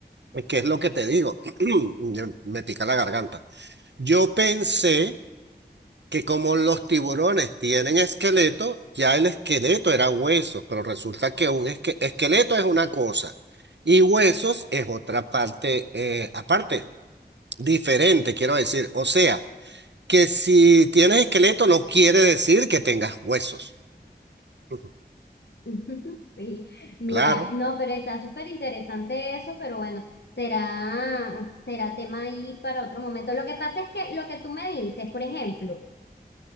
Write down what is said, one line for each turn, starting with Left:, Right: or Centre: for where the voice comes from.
Right: ¿Qué es lo que te digo? <clears throat> Me pica la garganta. Yo pensé que como los tiburones tienen esqueleto, ya el esqueleto era huesos pero resulta que un esque- esqueleto es una cosa y huesos es otra parte, eh, aparte, diferente, quiero decir. O sea, que si tienes esqueleto no quiere decir que tengas huesos. Ujú.
Left: <laughs> Sí, mira,
Right: Claro.
Left: no, pero está súper interesante eso, pero bueno, será, será tema ahí para otro momento. Lo que pasa es que lo que tú me dices, por ejemplo,